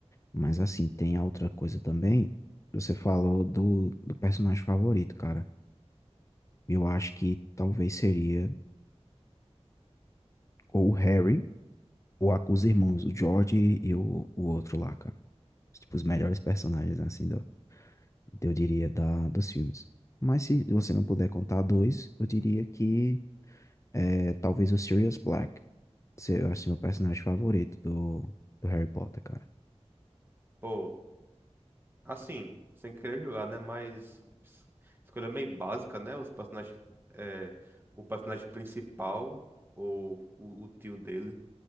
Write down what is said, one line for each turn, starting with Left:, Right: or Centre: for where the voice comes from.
Left: Mas assim, tem a outra coisa também, você falou do, do personagem favorito, cara, eu acho que talvez seria ou o Harry, O os irmãos, o George e o, o outro lá, cara. Tipo, os melhores personagens, assim, do, eu diria, da, dos filmes. Mas se você não puder contar dois, eu diria que é, talvez o Sirius Black. Se- Eu acho meu personagem favorito do, do Harry Potter, cara.
Right: Pô, assim, sem querer jogar, né, mas es- escolha meio básica, né? Os personagens, é, o personagem principal ou o, o tio dele.